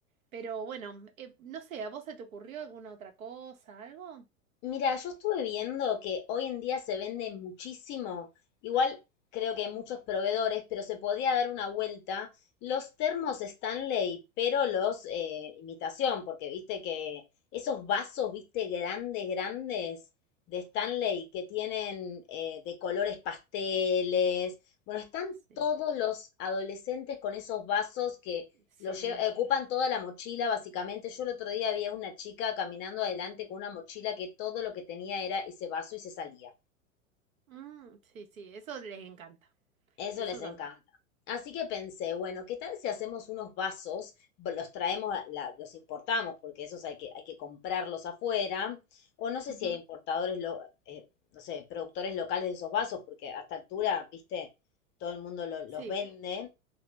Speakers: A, on the right; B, on the left.
A: Pero bueno, eh, no sé, ¿a vos se te ocurrió alguna otra cosa, algo?
B: Mira, yo estuve viendo que hoy en día se vende muchísimo, igual creo que hay muchos proveedores, pero se podía dar una vuelta los termos Stanley, pero los eh, imitación, porque viste que esos vasos, viste, grandes, grandes de Stanley que tienen eh, de colores pasteles, bueno, están
A: Sí,
B: todos los adolescentes con esos vasos
A: sí.
B: lo lle- ocupan toda la mochila, básicamente. Yo el otro día había una chica caminando adelante con una mochila que todo lo que tenía era ese vaso y se salía.
A: Mm, sí, sí, eso les encanta.
B: Eso
A: Eso
B: les
A: también.
B: encanta. Así que pensé, bueno, ¿qué tal si hacemos unos vasos? Bo- Los traemos, a la- los importamos, porque esos hay que, hay que comprarlos afuera. O no sé
A: Ujú.
B: si hay importadores, lo- eh, no sé, productores locales de esos vasos, porque a esta altura, viste, todo el mundo lo- los
A: Sí,
B: vende.